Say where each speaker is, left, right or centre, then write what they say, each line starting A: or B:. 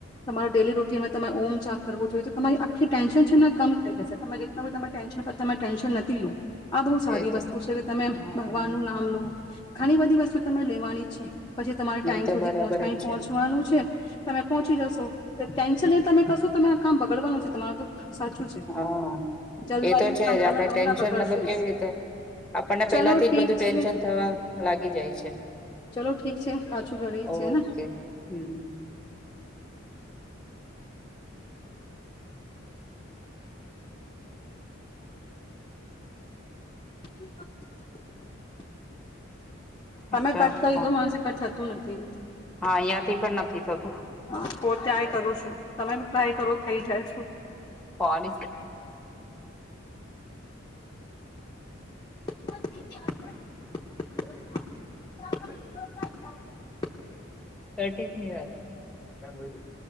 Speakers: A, on the left; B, in the centre.
A: તમારેું ડેલી રૂટીનમાં તમે ઓમ જાપ કરવો જોઈએ તો તમારી આખી ટેન્શન છે ને કમ થઈ જશે તમે જેટલા બી તમે ટેન્શન પર તમે ટેન્શન નથી લો. આ બહુ સારી
B: એ તો
A: વસ્તુ છે કે તમે
B: હા
A: ભગવાન નું નામ લો. ઘણી બધી વસ્તુ તને લેવાની છે. પછી તમારે ટાઈમ
B: એ તો
A: સુધી
B: બરાબર
A: પહચ
B: જ છે
A: પહોંચવાનું છે તમે પહોંચી જશો. ટેન્શન લઈને તમે કશો તમે આ કામ બગડવાનું છે તમાર તો સાચું છે
B: હા
A: જલ્દબાજીમાં
B: એ તો છે
A: કામ
B: જ આપણે
A: તમે
B: ટેન્શન
A: કરો ના બગડશે
B: મતલબ કેવી
A: જ
B: રીતે આપણને પેલા
A: ચલો
B: થી જ
A: ઠીક
B: બધું ટેન્શન
A: છે
B: થવા લાગી જાય છે
A: ચલો ઠીક છે પાછું ઘડી
B: ઓકે
A: છે ને
B: હમ્મ.
A: <inaudible> તમે
B: એક તો
A: કટ કરી
B: ફ
A: દો <unintelligible> તુ નથી એમ
B: હા અહિયાં થી પણ નથી થતું
A: <inaudible> હુ ત્યાંય કરું છું તમે ટ્રાય કરો થઇ જાય છો.
B: ફોન જ
A: <inaudible>
B: કટી જ ની વાત <unintelligible>